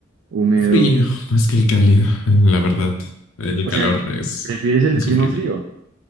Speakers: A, on the right; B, on the left.
A: húmedo.
B: Frío, más que el cálido, la verdad. El
A: O
B: calor
A: sea, el-
B: es
A: ¿prefieres el
B: insufrible.
A: clima frío?